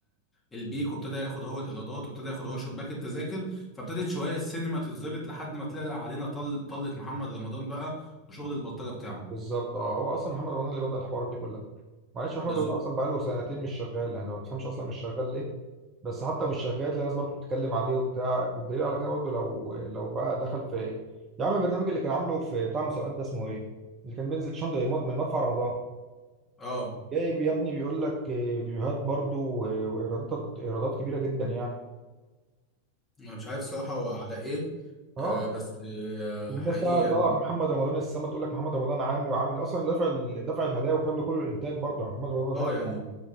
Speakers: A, on the left; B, on the right.
A: البيك وابتدى ياخد هو الايرادات وابتدى ياخد هو شباك التذاكر فابتدت شويه السينما تتظبط لحد ما طلع علينا طل... طلت محمد رمضان بقى وشغل البلطجة بتاعه
B: بالظبط. اه هو اصلا محمد رمضان اللي بدأ الحوارات دي كلها معلش محمد
A: بالظبط
B: رمضان اصلا بقاله سنتين مش شغال يعني ما تفهمش اصلا مش شغال ليه بس حتى مش شغال تلاقي الناس برضه بتتكلم عليه وبتاع الدليل على كده برضه لو لو بقى دخل في يا عم البرنامج اللي كان عامله في بتاع المسابقات ده اسمه ايه اللي كان بينزل شنطه مدفع رمضان
A: اه
B: جايب يا ابني بيقول لك آه، فيوهات برضو و- وايرادات ايرادات كبيره جدا يعني
A: انا مش عارف صراحة هو على ايه
B: اه
A: آه بس آه
B: الناس
A: حقيقي
B: بقى
A: يعني
B: طالعه بمحمد رمضان السما تقول لك محمد رمضان عامل وعامل اصلا دافع ال- دافع الهدايا والكلام ده كله الانتاج برضو يعني محمد رمضان ما دفعش
A: اه يعني
B: حاجة.